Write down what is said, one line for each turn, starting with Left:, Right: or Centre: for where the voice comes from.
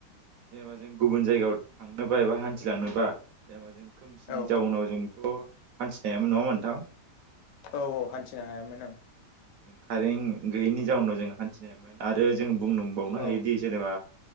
Right: जेनेबा जों, गुबुन जायगायाव थांनोबा एबा हान्थिलांनोबा, जेनेबा जों- खोमसिनि
Left: औ
Right: जाउनाव जोंथ' हान्थिनो हायामोन नङा होम्बा नोंथां।
Left: औ-औ-हान्थिनो हायामोन ओं
Right: कारेन्ट गैयैनि जाउनाव जों हान्थिनाय आरो जों बुंनोबावनो हायोदि
Left: औ
Right: जेनेबा